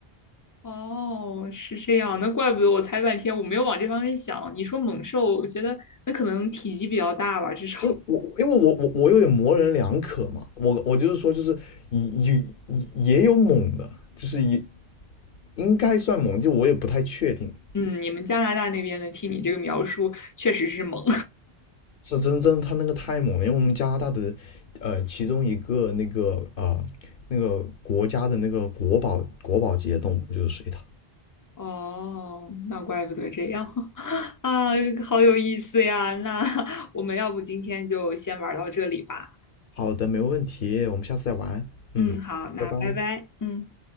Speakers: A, on the left (about 30°); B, on the left (about 60°).
A: <laughs> 哦，是这样，那怪不得我猜半天，我没有往这方面想。你说猛兽，我觉得那可能体积比较大吧，至少。
B: 因为我因为我我我有点模棱两可嘛，
A: <laughs>
B: 我我就是说就是也也也有猛的，就是也应该算猛，就我也不太确定，
A: 嗯，你们加拿大那边的，听你这个描述，确实是猛。
B: 是真真他那个太猛了，因为我们加拿大的呃其中一个那个啊、呃那个国家的那个国宝国宝级的动物就是水獭。
A: <laughs> 哦，那怪不得这样 <laughs> 啊，好有意思呀！那我们要不今天就先玩到这里吧。
B: 好的，没问题，我们下次再玩，嗯，
A: 嗯，好，那拜拜，
B: 拜拜。
A: 嗯。